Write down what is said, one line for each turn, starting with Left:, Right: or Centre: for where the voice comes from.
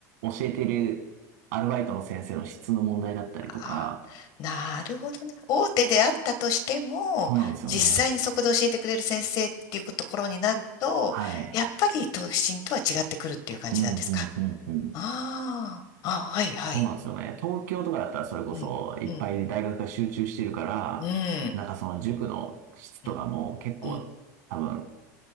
Right: 教えてるアルバイトの先生の質の問題だったりとか、
Left: ああ、なるほどね。大手であったとしても、
Right: そうなんですよね。
Left: 実際にそこで教えてくれる先生っていうところになると、
Right: はい。
Left: やっぱり都心とは違ってくるっていう感じなんですか。
Right: うん、うん、うん、うん。
Left: ああ、あ、はい、はい。
Right: そうなんですよね。東京とかだったらそれこそいっぱい大学が集中してるから、
Left: うん、うん、うん、
Right: なんかその塾の質とかも結構多分
Left: うん、うん、